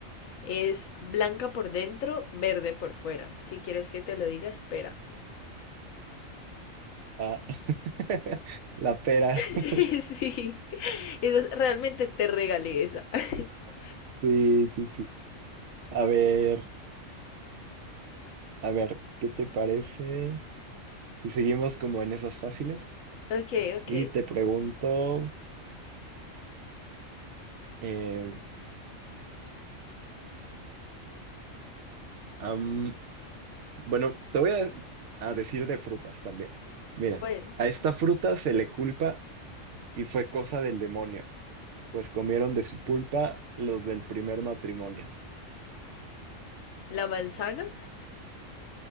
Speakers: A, on the left (about 80°); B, on the right (about 65°).
A: es blanca por dentro, verde por fuera. Si quieres que te lo diga, espera.
B: Ah, <laughs> la pera.
A: <laughs>
B: <laughs>
A: Sí, esa es- realmente te regalé esa. <laughs>
B: Sí, sí, sí. A ver. A ver, ¿qué te parece si seguimos como en esas fáciles?
A: Ok, ok.
B: Y te pregunto, eh, am, bueno, te voy a, a decir de frutas también. Mira,
A: Bueno,
B: a esta fruta se le culpa y fue cosa del demonio, pues comieron de su pulpa los del primer matrimonio.
A: la manzana.